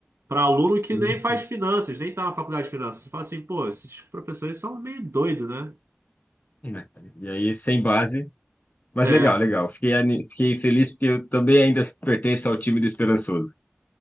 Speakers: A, on the right; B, on the left.
A: para aluno que
B: e
A: nem faz finanças, nem tá na faculdade de finanças. Você fala assim, pô, esses professores são meio doidos, né?
B: é, e aí, sem base. Mas
A: É.
B: legal, legal. Fiquei, ani- fiquei feliz porque eu também ainda pertenço ao time do Esperançoso.